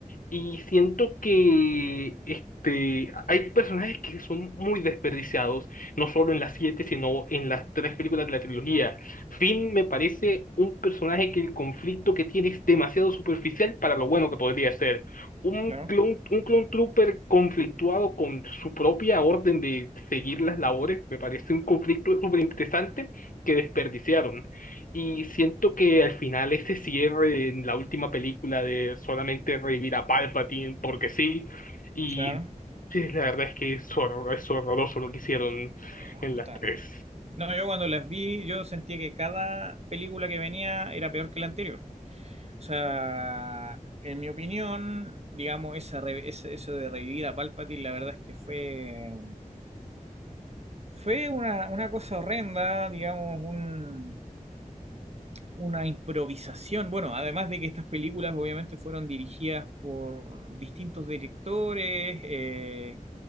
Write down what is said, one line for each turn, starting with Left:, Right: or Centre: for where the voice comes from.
Left: Y siento que este, hay personajes que son muy desperdiciados, no solo en las siete, sino en las tres películas de la trilogía. Finn me parece un personaje que el conflicto que tiene es demasiado superficial para lo bueno que podría ser. Un
Right: claro,
Left: clone, un clone trooper conflictuado con su propia orden de seguir las labores, me parece un conflicto súper interesante que desperdiciaron. Y siento que al final ese cierre en la última película de solamente revivir a Palpatine porque sí, y
Right: claro.
Left: sí, la verdad es que es, hor- es horroroso lo que hicieron
Right: Eh,
Left: en
Right: justamente.
Left: las tres.
Right: No, yo cuando las vi, yo sentía que cada película que venía era peor que la anterior. O sea, en mi opinión, digamos, esa re- ese- eso de revivir a Palpatine, la verdad es que fue, fue una, una cosa horrenda, digamos, un- una improvisación. Bueno, además de que estas películas obviamente fueron dirigidas por distintos directores, eh,